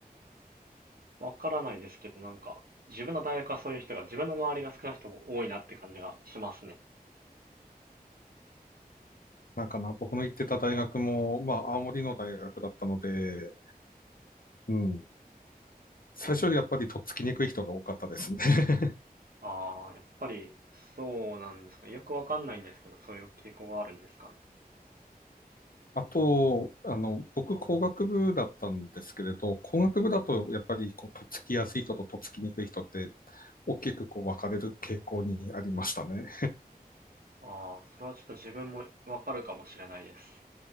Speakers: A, on the right (about 70°); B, on the left (about 65°).
A: わからないですけど、なんか自分の大学はそういう人が自分の周りが少なくとも多いなって感じがしますね。
B: なんかな、僕の行ってた大学も、まあ、青森の大学だったので、うん。最初よりやっぱりとっつきにくい人が多かったですね。<laughs>
A: ああ、やっぱりそうなんですかね。よくわかんないんですけど、そういう傾向があるんですかね。
B: あと、あの、僕工学部だったんですけれど、工学部だとやっぱりこう、とっつきやすい人ととっつきにくい人って大きくこう分かれる傾向にありましたね。
A: ああ、それはちょっと自分もわかるかもしれないです。